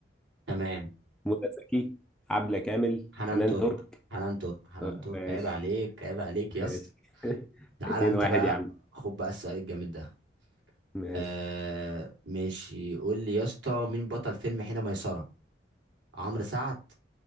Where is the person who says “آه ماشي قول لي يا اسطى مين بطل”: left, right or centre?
Right